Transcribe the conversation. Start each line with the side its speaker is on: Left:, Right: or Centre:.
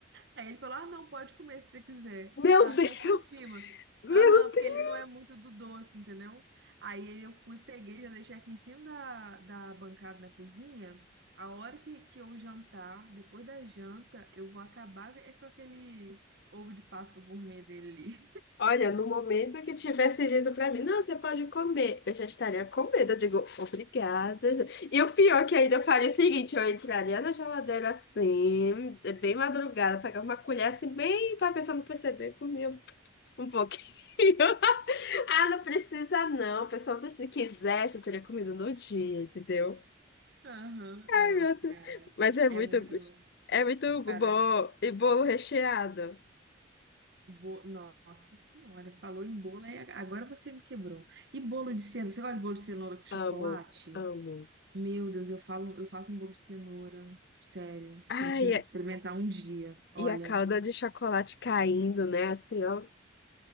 Right: Aí ele falou: Ah, não, pode comer se você quiser.
Left: Meu
Right: Tá
Left: Deus!
Right: até aqui em cima.
Left: Meu
Right: Aham, porque
Left: Deus!
Right: ele não é muito do doce, entendeu? Aí eu fui, peguei, já deixei aqui em cima da, da bancada da cozinha. A hora que, que eu jantar, depois da janta, eu vou acabar é com aquele ovo de Páscoa gourmet dele ali.
Left: Olha, no momento que tivesse dito pra mim, não, você pode comer, eu já estaria com medo. Eu digo, obrigada. E o pior que ainda eu faria é o seguinte: eu entraria na geladeira assim, é bem madrugada, pegar uma colher assim, bem pra pessoa não perceber, comia um pouquinho. <laughs> Ah, não precisa não, pessoal, se quisesse, eu teria comido no dia, entendeu?
Right: <laughs> Aham,
Left: Ai,
Right: nossa,
Left: meu Deus.
Right: cara.
Left: Mas é
Right: É
Left: muito,
Right: muito.
Left: é muito
Right: Cara,
Left: bom. E bolo recheado.
Right: bo... nossa senhora, falou em bolo, aí agora você me quebrou. E bolo de cenoura? Você gosta de bolo de cenoura com chocolate?
Left: Amo, amo.
Right: Meu Deus, eu falo, eu faço um bolo de cenoura, sério.
Left: Ai,
Right: Você tem que
Left: é-
Right: experimentar um dia. Olha,
Left: E a calda de chocolate caindo, né? Assim, ó.